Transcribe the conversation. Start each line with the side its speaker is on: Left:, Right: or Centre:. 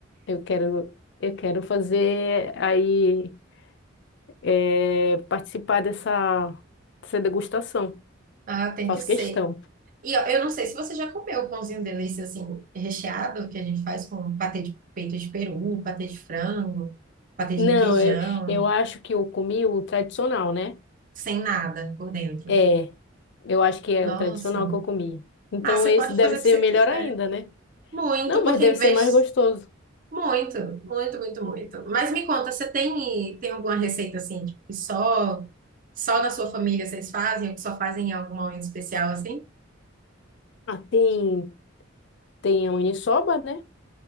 Left: Eu quero, eu quero fazer aí, é, participar dessa, dessa degustação.
Right: Ah, tem
Left: Faço
Right: que ser.
Left: questão.
Right: E ó, eu não sei se você já comeu o pãozinho delícia assim, recheado, que a gente faz com patê de peito de peru, patê de frango, patê
Left: Não,
Right: de requeijão,
Left: eu, eu acho que eu comi o tradicional, né?
Right: sem nada por dentro.
Left: É, eu acho que é
Right: Nossa.
Left: o tradicional que eu comi. Então
Right: Ah, você
Left: esse
Right: pode
Left: deve
Right: fazer
Left: ser
Right: o que você
Left: melhor
Right: quiser.
Left: ainda, né?
Right: Muito,
Left: Não,
Right: porque
Left: mas deve
Right: em
Left: ser
Right: vez
Left: mais gostoso.
Right: Muito, muito, muito, muito. Mas me conta, você tem, tem alguma receita assim, tipo, que só, só na sua família vocês fazem, ou que só fazem em algum momento especial assim?
Left: Ah, tem, tem a maniçoba, né?